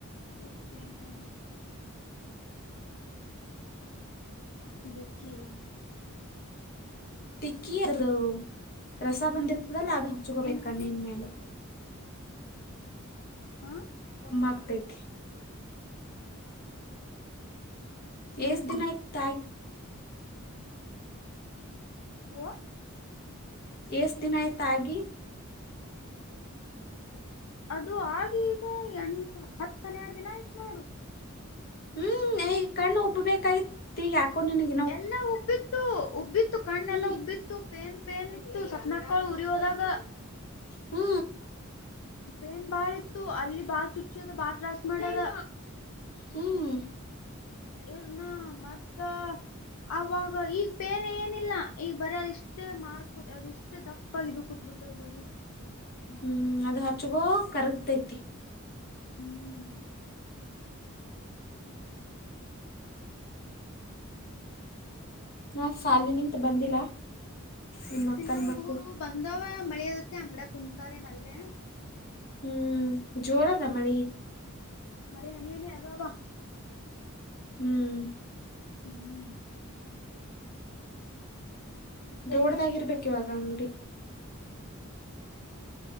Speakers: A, on the left; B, on the left.
A: ಓಕೆ ನಾ. ಬೋಕಿ.
B: ತಿಕ್ಕಿ
A: ಹಲೋ
B: ಅದು ರಸ ಬಂದಿರ್ತದಲ್ಲ ಅದು ಹಚ್ಕೋಬೇಕು
A: ಏನಂತಿ
B: ಕಣ್ಣನ್ ಮೇಲೆ.
A: ಹಾ
B: ಕಮ್ಮಗತತೀ.
A: ಹ್ಮ್
B: ಏಸ್ ದಿನ ಆಯ್ತಾ ಆಗಿ.
A: ಹೊ
B: ಎಸ್ ದಿನ ಆಯ್ತ ಆಗಿ.
A: ಅದು ಆಗಿ ಈಗ ಎಂಟ್ ಹತ್ತನ್ನೆರಡು ದಿನ ಆಯ್ತ್ ನೋಡು.
B: ಹ್ಮ್ ಏ ಕಣ್ಣ್ ಒಬ್ಬೇಕಾಗಿತಿ ಯಾಕೋ ನಿನಗ್.
A: ಎಲ್ಲ ಉಬ್ಬಿತ್ತು ಉಬ್ಬಿತ್ತು ಕಣ್ಣೆಲ್ಲ
B: ಹ್ಮ್
A: ಉಬ್ಬಿತ್ತು. ಪೇನ್ ಪೇನ್ ಇತ್ತು ಸಪ್ನಾಕ್ಕಳು ಉರಿ ಹೋದಾಗ
B: ಹ್ಮ
A: ಪೇನ್ ಬಾಳ ಇತ್ತು ಅಲ್ಲಿ ಬಾತ್ ಚುಚ್ಚದ ಬಾತ್ ರಸ್ ಮಾಡದ
B: ಹ್ಮ್
A: ಇರ್ನ ಮತ್ತ ಅವಾಗ ಈಗ ಪೇನ್ ಏನಿಲ್ಲ ಈಗ ಬರ ಅದ ಇಷ್ಟೇ ಮಾರ್ಕ್ ಅದೆಷ್ಟ ದಪ್ಪಾಗಿ ದುಖತ್ ಬಿಟ್ಟದ ಗಳ್ಳಿ
B: ಹ್ಮ್ ಅದು ಹಚ್ಚಗೋ ಕರ್ಗ್ತೈತಿ
A: ಹ್ಮ್ <inaudible>
B: ಹಾ
A: ಮತ್ತ
B: ಸಾಲ ನಿಂತ ಬಂದಿಲ್ಲ ನಿಮ್ಮ
A: ತಿನ್ನ
B: ಅಕ್ಕನ್
A: ಹುಡುಗರು
B: ಮಕ್ಕು
A: ಬಂದವ ಮಳಿದತ್ತತಿ ಅಂಗ್ಡ ಕುಂತಾರೆ ನಲ್ಲೇ
B: ಹ್ಮ್ ಜೋರದ ಮಳಿ
A: ಹ್ಮ ಮಳೆ ಹನದ ಹಗವಾ
B: ಹ್ಮ್
A: ಹ್ಮ್ ಮತ್ತೇನ್
B: ದೊಡ್ದಾಗಿರ್ಬೇಕಕ್
A: ಮಾಡ್ತಿರೋದಕ್ಕ
B: ಇವಾಗ ನೋಡಿ